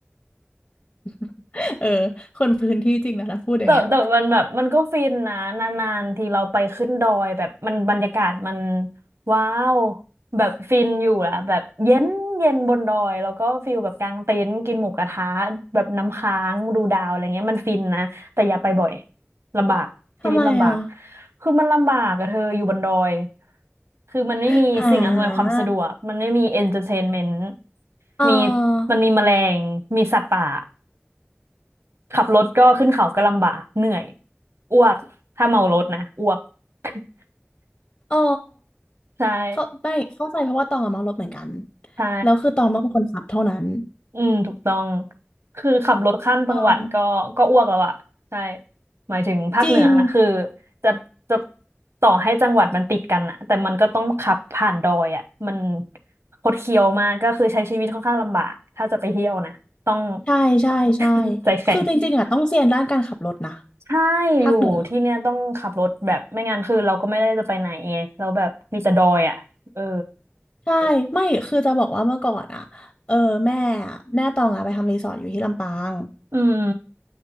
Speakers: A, on the left (about 40°); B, on the right (about 80°).
A: <laughs> เออคนพื้นที่จริงนะถ้าพูดอย่างเงี้ย
B: แต่แต่มันแบบมันก็ฟินนะนานๆทีเราไปขึ้นดอยแบบมันบรรยากาศมันว้าวแบบฟินอยู่แหละแบบเย็นเย็นบนดอยแล้วก็ฟิลแบบกางเต็นท์กินหมูกระทะแบบน้ำค้างดูดาวอะไรเงี้ยมันฟินนะแต่อย่าไปบ่อยลำบากชีวิตลำบาก
A: ทำไมอ่ะ
B: คือมันลำบากอะเธออยู่บนดอยคือมันไม่มีสิ่งอำนวยความสะดวกมันไม่มีเอนเตอร์เทนเมนต์
A: <laughs> อ่าอ๋อ
B: มีมันมีแมลงมีสัตว์ป่า ขับรถก็ขึ้นเขาก็ลำบากเหนื่อยอ้วกถ้าเมารถนะอ้วก <laughs>
A: อ๋อ
B: ใช่
A: เข้าไม่เข้าใจเพราะว่าตองอะเมารถเหมือนกัน
B: ใช่
A: แล้วคือตองเป็นคนขับเท่านั้น
B: อืมถูกต้องคือขับรถข้ามจังหวัดก็ก็อ้วกแล้วอะใช่
A: อ๋อ
B: หมายถึงภาคเหนือคือ
A: จริง
B: จะจะต่อให้จังหวัดมันติดกันอะแต่มันก็ต้องขับผ่านดอยอะมันคดเคี้ยวมากก็คือใช้ชีวิตค่อนข้างลำบากถ้าจะไปเที่ยวนะต้อง
A: ใช่ใช่ใช่
B: <laughs> ใจแข็ง
A: คือจริงๆอะต้องเซียนด้านการขับรถนะ
B: ใช่อยู่ที่เนี่ยต้องขับรถแบบไม่งั้นคือเราก็ไม่ได้จะไปไหนไงเราแบบมีแต่ดอยอ่ะเออ
A: ภาคเหนือใช่ไม่คือจะบอกว่าเมื่อก่อนอะเออแม่อะแม่ตองอะไปทำรีสอร์ทอยู่ที่ลำปาง
B: อืม